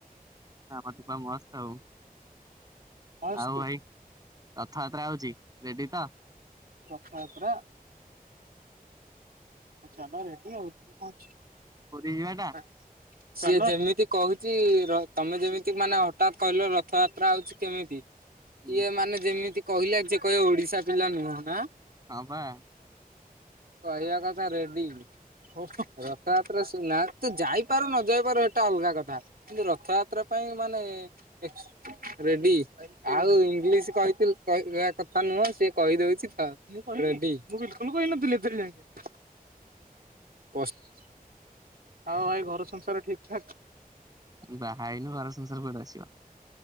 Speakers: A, on the right; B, on the right.
A: ନା ଆମର ତ ପୁରା ମସ୍ତ ଆଉ
B: ମସ୍ତ
A: ଆଉ ଭାଇ ରଥଯାତ୍ରା ଆଉଚି ରେଡି ତ?
B: ରଥଯାତ୍ରା ଚାଲ ରେଡି ଆଉ କଁ ଅଛି।
A: ପୁରୀ ଯିବେ ନା?
B: ନା। ସିଏ ଯେମିତି କୋହୁଚି ର ତମେ ଯେମିତି ମାନେ ହଠାତ୍ କହିଲ ରଥଯାତ୍ରା ଆଉଚି କେମିତି
A: ହୁଁ
B: ଇଏ ମାନେ ଯେମିତି କହିଲା ଯିଏ କହିବ ଓଡିଶା ପିଲା ନୁହଁ ନା।
A: ହଁ ପା।
B: କହିବା କଥା ରେଡି। ଓହୋଃ, ରଥଯାତ୍ରା ଶୁଣେନା, ତୁ ଯାଇପାରୁ ନ ଯାଇ ପାରୁ ହେଟା ଅଲଗା କଥା। କିନ୍ତୁ ରଥଯାତ୍ରା ପାଇଁ ମାନେ ଏକ୍ସ ରେଡି। ଆଉ ଇଂଲିଶ କହିଥିଲେ କହିବା କଥା ନୁହଁ, ସିଏ କହିଦଉଛି ତ ରେଡି। ମୁଁ ବିଲକୁଲ୍ କହି ନଥିଲି ଏଥିରେ ଯାଏଁ। ଆଉ ଭାଇ ଘର ସଂସାର ଠିକ୍ ଠାକ୍?
A: ଉଁ ବାହା ହେଇନୁ ଘର ସଂସାର କୁଆଡୁ ଆସିବ?